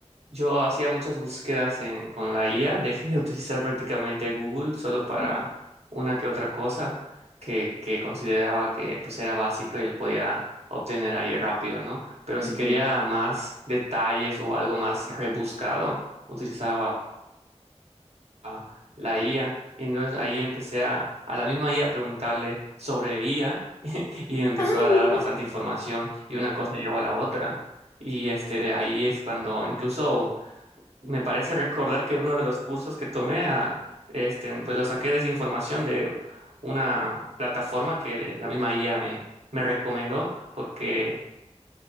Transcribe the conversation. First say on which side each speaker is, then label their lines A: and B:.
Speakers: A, on the right (about 65°); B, on the left (about 25°).
A: yo hacía muchas búsquedas en- con la IA, dejé de utilizar prácticamente Google solo para
B: Ujú.
A: una que otra cosa que, que consideraba que pues era básico y yo podía obtener ahí rápido, ¿no? Pero
B: Ujú.
A: si quería más detalles o algo más rebuscado, utilizaba ah, la IA y entonces ahí empecé a, a la misma IA a preguntarle sobre IA y me empezó
B: Ay,
A: a dar
B: mira,
A: bastante información y una cosa llevó a la otra. Y este de ahí es cuando incluso me parece recordar que uno de los cursos que tomé, ah, este, pues lo saqué de esa información de una plataforma que la misma IA me, me recomendó porque